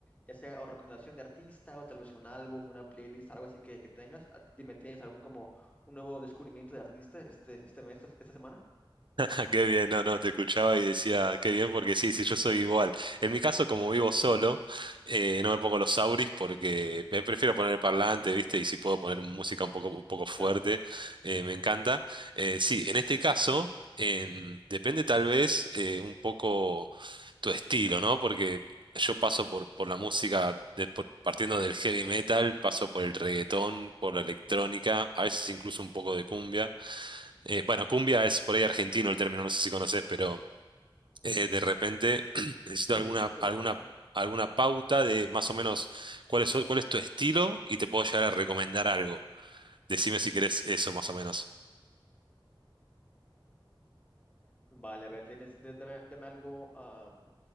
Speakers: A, on the left; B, on the right.
A: ya sea o recomendación de artista o tal vez un álbum, una playlist, algo así que, que tengas. Ah, Dime, ¿tienes algún como un nuevo descubrimiento de artista este, este mes, esta esta semana?
B: <laughs> Qué bien, no, no, te escuchaba y decía, qué bien, porque sí, sí, yo soy igual. En mi caso, como vivo solo, eh, no me pongo los auris porque me prefiero poner el parlante,
A: Ujú,
B: ¿viste? Y si puedo poner música un poco, un poco fuerte,
A: Claro.
B: eh, me encanta. Eh, sí, en este caso, em, depende tal vez eh, un poco tu estilo, ¿no? Porque yo paso por, por la música, de- por- partiendo del heavy metal, paso por el reggaetón, por la electrónica, a veces incluso un poco de cumbia. Eh, bueno, cumbia es por ahí argentino el término, no sé si conoces,
A: ujú.
B: pero eh, de repente <clears throat> necesito
A: Sí,
B: alguna,
A: sí, sí
B: alguna,
A: lo conozco.
B: alguna pauta de más o menos cuál es, cuál es tu estilo y te puedo llegar a recomendar algo. Decime si querés eso más o menos.
A: Vale, a ver, tienes, d- dame, dame algo, am,